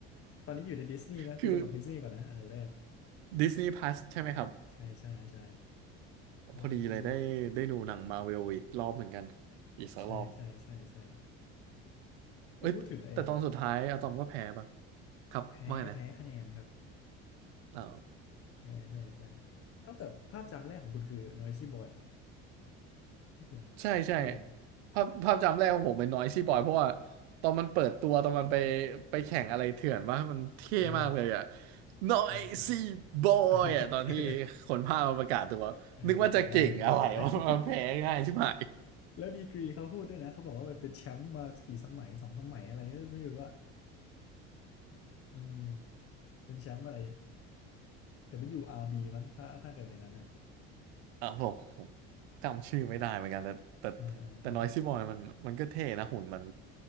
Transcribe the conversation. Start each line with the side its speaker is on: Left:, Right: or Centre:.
Left: ตอนนี้อยู่ในดิสนีย์นะคุณสมัครดิสนีย์ก่อนนะอันดับแรก
Right: <laughs> คือ Disney Plus ใช่ไหมครับ
Left: ใช่ใช่ใช่เออเออ
Right: พอดีเลยได้ได้ดูหนังมาเวลอีกรอบเหมือนกันอีกสักรอบ
Left: ใช่ใช่ใช่ใช่เอาพูดถึงไอ้
Right: เอ้ยแต่ตอนสุดท้ายอะตอมก็แพ้ปะครับไม่าไงนะ
Left: แพ้แพ้คะแนนครับ
Right: อ๋อ
Left: ใช่ใช่ใช่เอ้าแต่ภาพจำแรกของคุณคือ Noisy Boy เหรอที่คุณ
Right: ใช่ใช่
Left: เฮ้ยอเนะ
Right: ภาพภาพจำแรกของผมเป็นน้อยซี่บอยเพราะว่าตอนมันเปิดตัวตอนมันไปไปแข่งอะไรเถื่อนว่ามันเท่มากเลยอะ
Left: อ่า
Right: น้อยซี่บอยอะตอนที่
Left: ใช่ใช่ <laughs> เออ
Right: คนภาคมาประกาศตัวนึกว่าจะเก่งอะไรวะมันแพ้ง่ายใช่ไหม
Left: เออคงจำได้จำได้จำได้ <laughs> แล้วดีกรีเขาพูดด้วยนะเขาบอกว่ามันเป็นแชมป์มากี่สมัยสองสมัยอะไรก็ไม่รู้ว่าอืมเป็นแชมป์อะไร WRB มั้งถ้าถ้าเกิดในนั้นอะ
Right: อ่ะผมผมจำชื่อไม่ได้เหมือนกันแต่แต่
Left: อ่าอ่าอ่า
Right: แต่น้อยซี่บอยมันมันก็เท่นะหุ่นมัน